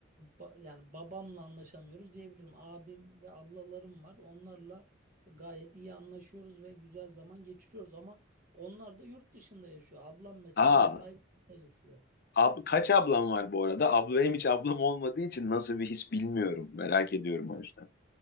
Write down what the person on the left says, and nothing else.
Aa,
Ab kaç ablam var bu arada? Abla hem hiç ablam olmadığı için nasıl bir his bilmiyorum. Merak ediyorum o yüzden.